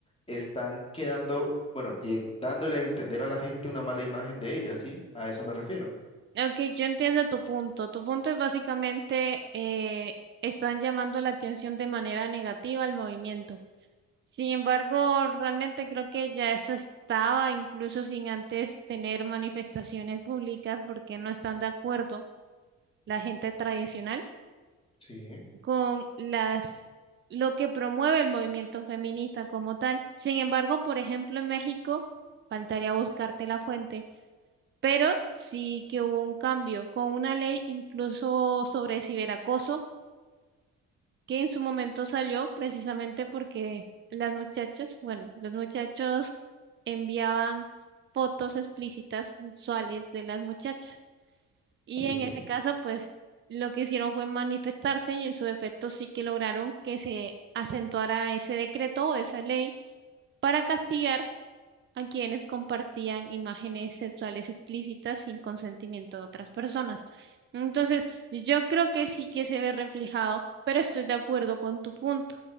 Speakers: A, on the left; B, on the right.
A: están quedando, bueno, lle- dándole a entender a la gente una mala imagen de ella, ¿sí? A eso me refiero.
B: Ok, yo entiendo tu punto. Tu punto es básicamente eh, están llamando la atención de manera negativa al movimiento. Sin embargo, realmente creo que ya eso estaba, incluso sin antes tener manifestaciones públicas, porque no están de acuerdo la gente tradicional
A: Sí,
B: con las lo que promueve el movimiento feminista como tal. Sin embargo, por ejemplo, en México, faltaría buscarte la fuente pero sí que hubo un cambio con una ley incluso sobre ciberacoso que en su momento salió precisamente porque las muchachas, bueno, los muchachos enviaban fotos explícitas sexuales de las muchachas y
A: sí,
B: en ese caso pues lo que hicieron fue manifestarse y en su defecto sí que lograron que se acentuara ese decreto o esa ley para castigar a quienes compartían imágenes sexuales explícitas sin consentimiento de otras personas. Entonces, yo creo que sí que se ve reflejado, pero estoy de acuerdo con tu punto,